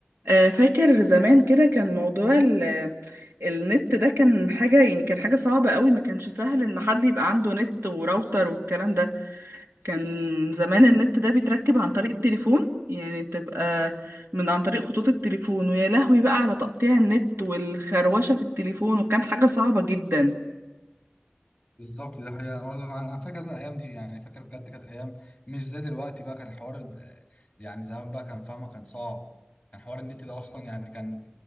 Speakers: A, on the right; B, on the left.
A: آه، فاكر زمان كده كان موضوع ال- النت ده كان حاجة يعني كان حاجة صعبة قوي ما كانش سهل ان حد يبقى عنده نت وراوتر والكلام ده كان زمان النت ده بيتركب عن طريق التليفون يعني تبقى من عن طريق خطوط التليفون ويا لهوي بقى على تقطيع النت والخروشة في التليفون وكان حاجة صعبة جدا
B: بالظبط ده حقيقة أنا برضه أنا فاكر إن الأيام دي يعني فاكر بجد كانت أيام مش زي دلوقتي بقى كان حوار ال- يعني زمان بقى كان فاهمة كان صعب كان حوار النت ده أصلا يعني كان